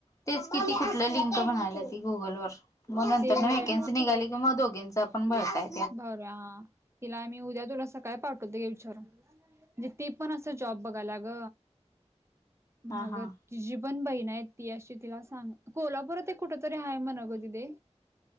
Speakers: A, on the left; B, on the right.
A: तेच कि ती कुठलं लिंक म्हणायला ती गुगलवर मग नंतर
B: ते
A: न
B: होय
A: वेकन्सी निघाली की मग दोघींचा आपण वय काय.
B: भरुया हा तिला आम्ही उद्या तुला सकाळी पाठवते घे विचारून. म्हणजे ती पण असं जॉब बघायला ग
A: हा
B: मग
A: हा
B: तिझी पण बहीण आहेत ती अशी तिला सांग कोल्हापुरात एक कुठ तरी आहे म्हण ग दीदे.